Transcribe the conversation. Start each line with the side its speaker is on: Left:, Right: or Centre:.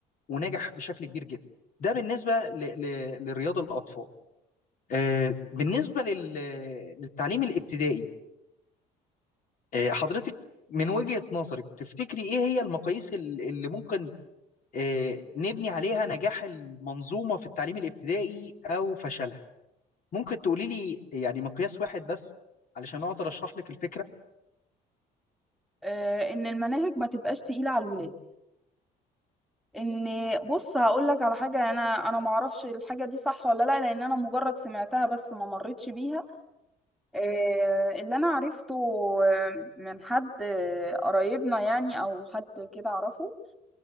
Left: وناجح بشكل كبير جدا ده بالنسبة ل- ل- لرياض الاطفال آه، بالنسبة لل- للتعليم الابتدائي آه، حضرتك من وجهة نظرك تفتكري ايه هي المقاييس ال- اللي ممكن آه، نبني عليها نجاح المنظومة في التعليم الابتدائي او فشلها ممكن تقولي لي يعني مقياس واحد بس علشان اقدر اشرح لك الفكرة
Centre: آه، ان المناهج ما تبقاش تقيله على الولاد ان بص هقول لك على حاجه انا انا ما اعرفش الحاجه دي صح ولا لا لان انا مجرد سمعتها بس ما مرتش بيها آه، اللي انا عرفته آه، من حد آه، قرايبنا يعني او حد كده اعرفه